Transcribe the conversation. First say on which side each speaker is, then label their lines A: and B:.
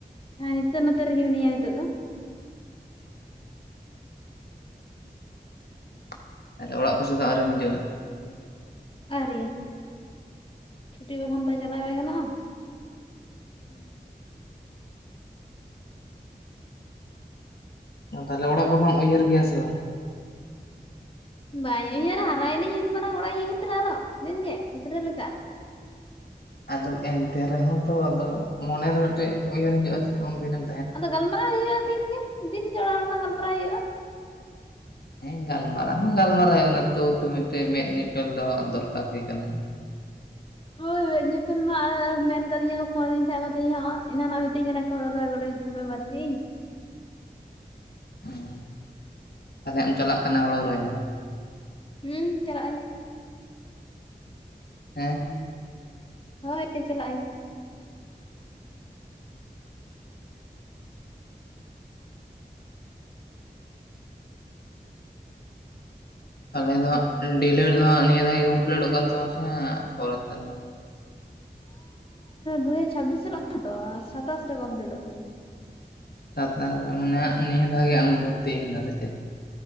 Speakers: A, on the left; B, on the left.
A: ᱦᱮᱸ ᱦᱟᱱᱛᱮ ᱱᱟᱛᱮ ᱨᱮ ᱜᱮ ᱢᱮᱱᱟᱧᱟ ᱱᱤᱛᱚᱜ ᱫᱚ
B: <unintelligible> ᱛᱟᱦᱞᱮ ᱚᱲᱟᱜ ᱠᱚ ᱥᱮᱫ ᱫᱚ ᱟᱨᱤᱢ ᱦᱤᱡᱩᱜᱼᱟ ᱦᱟᱸᱜ
A: ᱟᱭᱨᱤ ᱪᱷᱩᱴᱤ ᱵᱟᱝ ᱠᱷᱟᱱ ᱫᱚ ᱪᱟᱞᱟᱣ ᱵᱟᱝ ᱜᱟᱱᱚᱜᱼᱟ᱾
B: ᱦᱩᱸ ᱦᱩᱸ ᱦᱩᱸ ᱛᱟᱦᱞᱮ ᱚᱲᱟᱜ ᱠᱚᱫᱚᱢ ᱩᱭᱦᱟᱹᱨ ᱜᱮᱭᱟ ᱥᱮ ᱵᱟᱝ?
A: ᱵᱟᱧ ᱩᱭᱦᱟᱹᱨᱟ ᱦᱟᱨᱟᱭ ᱱᱟᱹᱧ ᱤᱱ ᱢᱟᱨᱟᱝ ᱚᱲᱟᱜ ᱤᱧ ᱩᱭᱦᱟᱹᱨᱟ ᱟᱨᱦᱚ ᱫᱤᱱ ᱜᱮ ᱜᱤᱫᱽᱨᱟᱹ ᱞᱮᱠᱟ᱾
B: ᱟᱫᱚ ᱮᱱᱛᱮ ᱨᱮ ᱦᱚᱸ ᱛᱚ ᱟᱫᱚ ᱢᱚᱱᱮ ᱨᱮ ᱢᱤᱫ ᱴᱮᱡ ᱩᱭᱦᱟᱹᱨ ᱦᱩᱭᱩᱜᱼᱟ᱾ ᱥᱮ ᱩᱱ ᱫᱤᱱᱮᱢ
A: ᱟᱫᱚ ᱜᱟᱞ ᱢᱟᱨᱟᱣ ᱦᱩᱭᱩᱜᱼᱟ ᱫᱤᱱ ᱜᱮ ᱫᱤᱱ ᱜᱮ ᱚᱲᱟᱜ ᱦᱚᱲ ᱥᱟᱶ ᱜᱟᱞ ᱢᱟᱨᱟᱣ ᱦᱩᱭᱩᱜᱼᱟ᱾
B: ᱦᱮᱸ ᱜᱟᱞ ᱢᱟᱨᱟᱣ ᱢᱟ ᱜᱟᱞ ᱢᱟᱨᱟᱣ ᱦᱩᱭᱩᱜ ᱚᱱᱟ ᱛᱚ ᱛᱚ ᱢᱤᱫ ᱴᱮᱡ ᱢᱮᱫᱽ ᱧᱮ ᱯᱮᱞ ᱫᱚ ᱫᱚᱨᱠᱟᱨ ᱜᱮ ᱠᱟᱱᱟ᱾
A: ᱦᱳᱭ ᱧᱮ ᱯᱮᱞ ᱢᱟ ᱟᱨ ᱢᱮᱱ ᱟᱠᱟ ᱫᱤᱧᱟ ᱠᱚ ᱯᱷᱳᱱ ᱫᱤᱧ ᱛᱟᱦᱮᱸᱧ ᱮᱱᱟᱱ ᱨᱮ ᱢᱤᱛᱟᱹᱧ ᱠᱟᱱᱟ ᱦᱳ ᱲᱳ ᱨᱚᱦᱚᱭ ᱜᱚᱲᱚ ᱦᱤᱡᱩᱜ ᱢᱮ ᱵᱟᱨ ᱫᱤᱱ
B: ᱦᱮᱸ ᱛᱟᱞᱦᱮ ᱮᱢ ᱪᱟᱞᱟᱜ ᱠᱟᱱᱟ ᱦᱩᱲᱩ ᱨᱚᱦᱚᱭ?
A: ᱦᱩᱸ ᱪᱟᱞᱟᱜ ᱟᱹᱧ
B: ᱦᱮᱸ
A: ᱦᱳᱭ ᱪᱟᱞᱟᱜ ᱟᱹᱧ
B: ᱛᱟᱦᱞᱮ ᱫᱚ ᱦᱜ ᱰᱤ ᱮᱞ ᱮᱰ ᱫᱚ ᱦᱟᱸᱜ ᱱᱤᱭᱟᱹ ᱫᱷᱟ ᱜᱮ ᱠᱚᱢ ᱯᱤᱞᱤᱴ ᱚᱜ ᱠᱟᱱ ᱛᱟᱢᱟ ᱥᱮ ᱦᱟᱸᱜ ᱯᱚᱨᱮᱨ ᱥᱮᱨᱢᱟ?
A: ᱫᱩ ᱦᱟᱡᱟᱨ ᱪᱷᱟᱵ ᱵᱤᱥ ᱪᱟᱞᱟᱜ ᱠᱟᱱᱟ ᱛᱚ ᱥᱟᱛᱟᱥ ᱨᱮ ᱠᱚᱢ ᱯᱤᱞᱤᱴᱚᱜ ᱛᱤᱧᱟᱹ᱾
B: ᱥᱟᱛᱟᱥ ᱢᱟᱱᱮ ᱦᱟᱸᱜ ᱱᱤᱭᱟᱹᱫᱷᱟᱣ ᱜᱮ ᱟᱢᱮᱢ ᱵᱷᱚᱛᱛᱤ ᱠᱟᱱᱟ ᱥᱮ ᱪᱮᱫ?